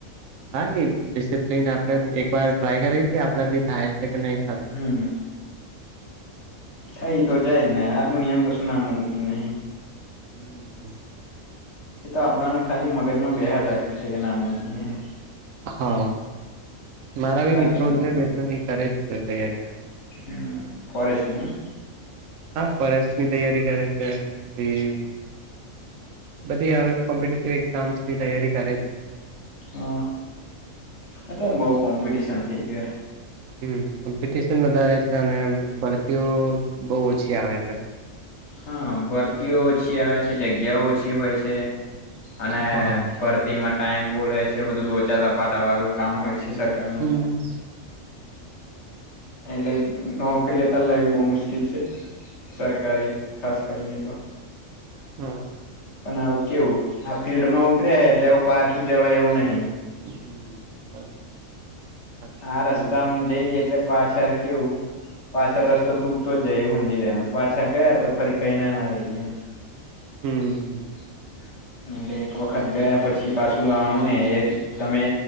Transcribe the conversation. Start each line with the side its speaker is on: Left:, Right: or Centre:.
Right: હા એ ડિસિપ્લીન આપડે એક વાર ટ્રાય કરી લીએ આપડા થી થાય છે કે નહી થાય.
Left: હમ થઈ તો જાય જ ને આ દુનિયામાં કશું નામુમકીન નહી
Right: <inaudible>
Left: એ તો આપડાને ખાલી મગજમાં બેહાર રાખ્યું છે કે નામુમકીન હે.
Right: હા મારા બી
Left: બાકી
Right: મિત્રો છે બે ત્રણ એ કરે જ છે તૈયારીયા.
Left: હું ફોરેસ્ટ નિ એમ.
Right: હા ફોરેસ્ટ ની તૈયારી કરે છે. પહી બધી આવ કોમ્પિટીટિવ એક્ઝામ્સ ની તૈયારી કરે જ છે.
Left: હા અતાર બઉ કોમ્પિટિશન થઇ ગયું યાર.
Right: હમ કોમ્પિટિશન વધારે છે અને ભરતીઓ બઉ ઓછી આવે હે.
Left: હા ભરતીઓ ઓછી આવે છે જગ્યાઓ ઓછી હોય છે અને.
Right: હા
Left: ભરતીમાં ટાઈમ બો લે છે બધું લોચા લપાટા વારું કામ હોય છે સરકારનું.
Right: હમ
Left: એટલે જ નોકરી અતાર લેવી બો મુશ્કીલ છે સરકારી ખાસ કરીને તો.
Right: હા
Left: પન આવું કેવું આ ફિલ્ડમાં ઉ. ત્રેહે એટલે અવ પાછું જવાય એવું નહી.
Right: હું <inaudible>
Left: આ રસ્તામાં જઈએ એટલે પાછળ કેવ. પાછળ રસ્તો તૂટતો જ જાય એવું સમજી લેવાનું પાછા ગયા તો ફરી કહી ના ના રહીએ એમ. <inaudible>
Right: હમ
Left: <unintelligible> એલે એક વખત ગયા પછી પાછું આવવાનું ને એ તમે.